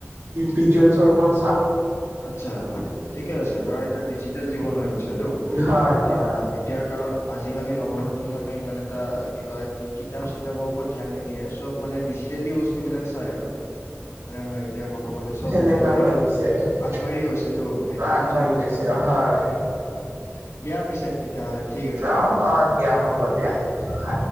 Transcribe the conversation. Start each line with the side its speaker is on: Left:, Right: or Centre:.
Right: ভিজুৱেলছৰ ওপৰত -
Left: আচ্ছা ঠিকেই আছে, কাৰণ এতিয়া ডিজিটেল জীৱন হৈ গৈছেতো।
Right: হয়
Left: এতিয়া
Right: হয়
Left: এতিয়া কাৰণ আজিকালি নৱপ্ৰজন্মই ইমান এটা কি কয় - কিতাপ চিতাপৰ ওপৰত ধ্যান নিদিয়ে, চব মানে ডিজিটেলি বস্তু - টো বিলাক চাই আৰু, হয় নহয় এতিয়া ক'ব গ'লে চব
Right: সেনেকুৱা
Left: এতিয়া মানে -
Right: <unintelligible>
Left: আগবাঢ়ি গৈছেতো এডভানঞ্চ
Right: আগবাঢ়ি
Left: হৈ গৈছে বস্তুবিলাক
Right: হয়
Left: সেইটো আৰু দিয়া পিছে - তেতিয়া হ'লে, ঠিক আছে দিয়া
Right: অ
Left: তেতিয়া
Right: অ
Left: হ'লে।
Right: দিয়া হ'ব দিয়া হয়